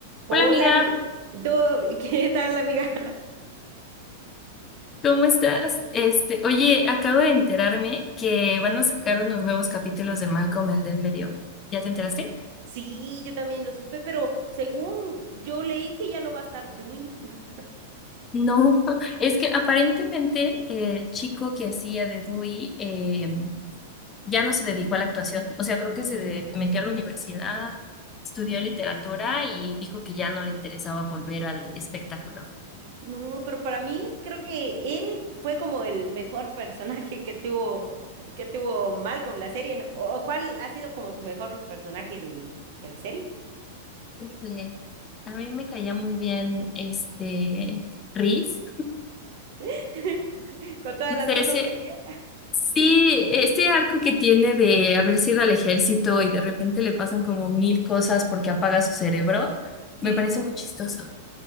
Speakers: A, on the right; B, on the left.
A: Hola,
B: Hola amiga,
A: amiga. ¿Todo- <laughs> ¿Qué tal, amiga?
B: ¿cómo estás? Este, oye, acabo de enterarme que van a sacar unos nuevos capítulos de Malcolm el del medio. ¿Ya te enteraste?
A: Sí, yo también lo supe, pero según yo leí que ya no va a estar Dewey. <laughs>
B: No, <laughs> es que aparentemente el chico que hacía de Dewey eh, ya no se dedicó a la actuación. O sea, creo que se de- metió a la universidad, estudió literatura y dijo que ya no le interesaba volver al espectáculo.
A: No, pero para mí creo que él fue como el mejor personaje que tuvo, que tuvo Malcolm la serie, ¿no? ¿O o cuál ha sido como tu mejor personaje de, de la serie?
B: Híjole, a mí me caía muy bien este Reese.
A: <laughs> Con todas
B: No
A: las
B: sé,
A: cosas
B: si
A: que hacía.
B: Sí, este arco que tiene de haber sido al ejército y de repente le pasan como mil cosas porque apaga su cerebro, me
A: Sí.
B: parece muy chistoso.